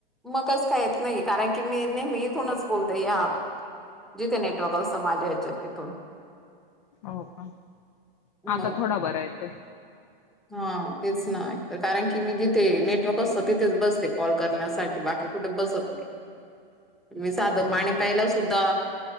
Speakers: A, in the centre; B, on the left.
A: म कस काय येत नाहीय कारण मी नेहमी इथूनच बोलते या जिथे नेटवर्क असतं माज याच्यात तिथून.
B: हो का आता
A: मग
B: थोडा बरा येतोय.
A: हा तेच ना कारण की मी जिथे नेटवर्क असत तिथेच बसते कॉल करण्यासाठी, बाकी कुठे बसत नाही.
B: <inaudible>
A: मी साधं
B: हो
A: पाणी
B: ना.
A: प्यायला सुद्धा